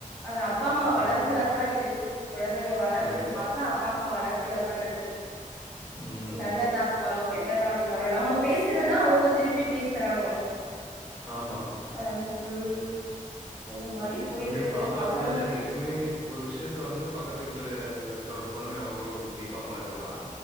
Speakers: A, in the centre; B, on the left (about 40°).
A: அது அப்பா அம்மா வளர்ப்புல
B: ஆமா, ஆமா.
A: தா இருக்கு கொழந்தைங்க வளர்றத
B: கண்டிப்பா.
A: பாத்தா அப்பா அம்மா வளர்ப்புலதா இருக்கு
B: ம்.
A: நல்லதா இருந்தாலு கெட் ட்டதா இருந்தாலோ நம்ம பேசுறதா அவங்க திருப்பி பேசறாங்கோ
B: ஆமா
A: ஆ ம் அந்த மாரி போயிட்டு
B: இங்க
A: இருக்கு.
B: பாப்பாக்
A: பசங்க
B: கூட எதுமே ஒரு விஷயத்த வந்து பக்கத்திட்டல இருக்கிற ஒரு பொண்ணு அவளோ கொஞ்சோ டீப்பா பழகுவா